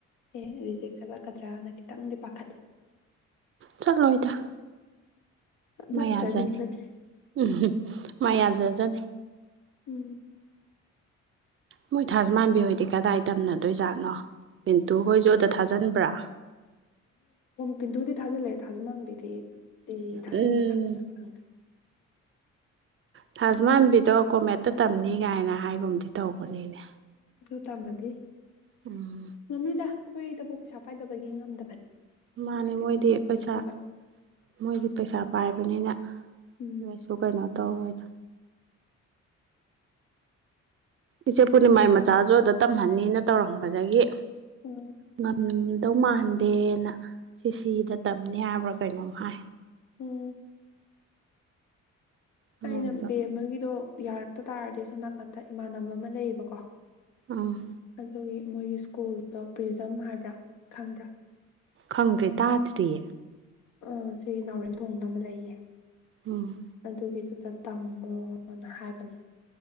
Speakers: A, on the left; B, on the right.
A: <unintelligible> ꯆꯀꯗ꯭ꯔꯥꯅ ꯈꯤꯇꯪꯗꯤ ꯄꯥꯈꯠꯂꯤ
B: ꯆꯠꯂꯣꯏꯗ
A: ꯆꯠꯂꯛꯇ꯭ꯔꯗꯤ
B: ꯃꯥꯏ ꯌꯥꯖꯅꯤ
A: ꯐꯩ
B: ꯎꯝ ꯃꯥꯏꯌꯥꯖꯖꯅꯤ
A: ꯎꯝ
B: ꯃꯣꯏ ꯊꯥꯖꯃꯥꯟꯕꯤꯍꯣꯏꯗꯤ ꯀꯗꯥꯏ ꯇꯝꯅꯗꯣꯏꯖꯥꯠꯅꯣ ꯄꯤꯟꯇꯨ ꯍꯣꯏꯁꯨ
A: ꯈꯪꯗꯦ
B: ꯑꯗꯥ ꯊꯥꯖꯤꯟꯕ꯭ꯔꯥ
A: ꯄꯤꯟꯗꯨꯗꯤ ꯊꯥꯜꯂꯦ ꯊꯥꯖꯃꯥꯟꯕꯤꯗꯤ ꯇꯤ ꯖꯤ ꯊꯥꯖꯤꯟꯕ꯭ꯔꯥ
B: ꯎꯝ
A: ꯊꯥꯖꯟꯕ꯭ꯔꯥ ꯈꯪꯗ꯭ꯔꯦ
B: ꯊꯥꯖꯃꯥꯟꯕꯤꯗꯣ ꯀꯣꯃꯦꯠꯇ ꯇꯝꯅꯤ ꯀꯥꯏꯅ ꯍꯥꯏꯒꯨꯝꯗꯤ ꯇꯧꯕꯅꯤꯅꯦ
A: ꯇꯃꯗꯤ
B: ꯎꯝ
A: <unintelligible> ꯍꯨꯏꯗꯕꯨ ꯄꯩꯁꯥ ꯄꯥꯏꯗꯕꯒꯤ ꯉꯝꯗꯕꯅꯤ
B: ꯃꯥꯅꯦ ꯃꯣꯏꯗꯤ
A: ꯑꯗꯨꯝ ꯉꯝꯈꯤꯅꯤꯕ
B: ꯄꯩꯁꯥ ꯃꯣꯏꯗꯤ ꯄꯩꯁꯥ ꯄꯥꯏꯕ ꯑꯗꯨꯅꯤꯅ <unintelligible>
A: ꯎꯝ
B: ꯀꯩꯅꯣ ꯇꯧꯔꯣꯏꯗ ꯏꯆꯦ ꯄꯨꯔꯅꯤꯃꯥꯏ ꯃꯆꯥꯁꯨ ꯑꯗꯨꯗ ꯇꯝꯍꯟꯅꯤꯅ ꯇꯧꯔꯝꯕꯗꯒꯤ
A: ꯎꯝ
B: ꯉꯝ ꯀꯗꯧ ꯃꯥꯟꯗꯦꯅ ꯁꯤ ꯁꯤꯗ ꯇꯝꯅꯤ ꯍꯥꯏꯕ꯭ꯔꯥ ꯀꯩꯅꯣꯝ ꯍꯥꯏ
A: ꯎꯨ
B: ꯃꯣꯏꯁꯨ
A: ꯑꯩꯅ ꯕꯦꯝꯑꯃꯒꯤꯗꯣ ꯌꯥꯔꯛꯇ ꯇꯥꯔꯗꯤ ꯁꯣꯝ ꯅꯥꯀꯟꯗ ꯏꯃꯥꯟꯅꯕ ꯑꯃ ꯂꯩꯌꯦꯕꯀꯣ
B: ꯎꯝ
A: ꯑꯗꯨꯒꯤ ꯃꯣꯏꯒꯤ ꯁ꯭ꯀꯨꯜꯗꯣ ꯄ꯭ꯔꯤꯖꯝ ꯍꯥꯏꯕ꯭ꯔꯥ ꯈꯪꯕ꯭ꯔꯥ
B: ꯈꯪꯗ꯭ꯔꯦ ꯇꯥꯗ꯭ꯔꯤꯌꯦ
A: ꯑ ꯁꯤ ꯅꯥꯎꯔꯦꯝꯊꯣꯡꯗ ꯑꯃ ꯂꯩꯌꯦ
B: ꯎꯝ
A: ꯑꯗꯨꯒꯤꯗꯨꯗ ꯇꯝꯃꯣꯅ ꯍꯥꯏꯕꯅꯦ